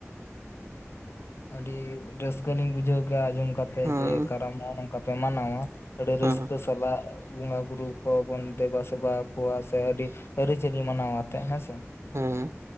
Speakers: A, on the left; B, on the right.
A: ᱟᱹᱰᱤ ᱨᱟᱹᱥᱠᱟᱹ ᱞᱤᱧ ᱵᱩᱡᱷᱟᱹᱣ ᱠᱮᱜᱼᱟ ᱟᱸᱡᱚᱢ ᱠᱟᱛᱮᱫ
B: ᱦᱮᱸ
A: ᱡᱮ ᱠᱟᱨᱟᱢ ᱦᱚᱸ ᱱᱚᱝᱠᱟ ᱯᱮ ᱢᱟᱱᱟᱣᱟ ᱟᱹᱰᱤ
B: ᱦᱮᱸ
A: ᱨᱟᱹᱥᱠᱟᱹ
B: ᱦᱮᱸ
A: ᱥᱟᱞᱟᱜ ᱵᱚᱸᱜᱟ ᱵᱩᱨᱩ ᱠᱚᱵᱚᱱ ᱫᱮᱵᱟ ᱥᱮᱵᱟ ᱠᱚᱣᱟ ᱥᱮ ᱟᱹᱰᱤ ᱟᱹᱨᱤᱪᱟᱹᱞᱤ ᱢᱟᱱᱟᱣ ᱟᱛᱮ ᱦᱮᱸ ᱥᱮ
B: ᱦᱮᱸ ᱦᱮᱸ ᱦᱮᱸ